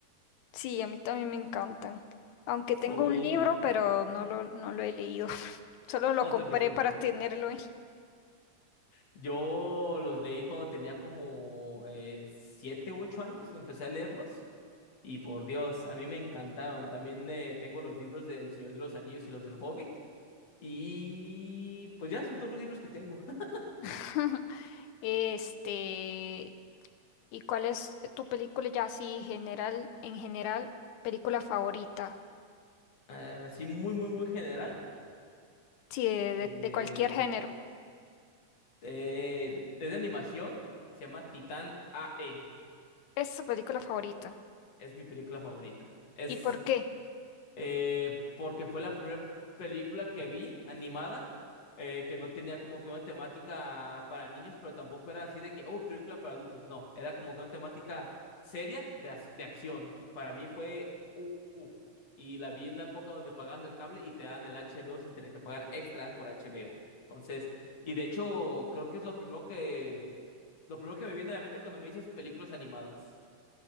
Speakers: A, on the left (about 80°); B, on the left (about 60°).
A: sí, a mí también me encantan. Aunque tengo
B: Soy...
A: un libro, pero no
B: ¿Mm?
A: lo, no lo he leído. <laughs> Solo lo
B: No
A: compré
B: te preocupes.
A: para tenerlo ahí.
B: Yo los leí cuando tenía como eh, siete u ocho años, empecé a leerlos y por Dios, a mí me encantaron. También eh, tengo los libros del Señor de los Anillos y los del Hobbit y pues ya son todos los libros que tengo. <laughs>
A: <laughs> Este, ¿Y cuál es tu película ya así general, en general, película favorita?
B: Así muy, muy, muy general.
A: Sí, de,
B: Eh,
A: de- de cualquier género.
B: eh, es de animación, se llama Titán AE,
A: Es tu película favorita.
B: es mi película favorita. Es
A: ¿Y por qué?
B: eh, porque fue la primera película que vi animada, eh, que no tenía como que una temática para niños, pero tampoco era así de que, oh, película para adultos, no, era como que una temática seria de, ac- de acción. Para mí fue, u- uf, y la vi en una época donde pagabas el cable y te daban el HBO sin tener que pagar extra por HBO. Entonces, y de hecho, creo que es lo primero que, lo primero que me viene a la mente cuando me dices películas animadas.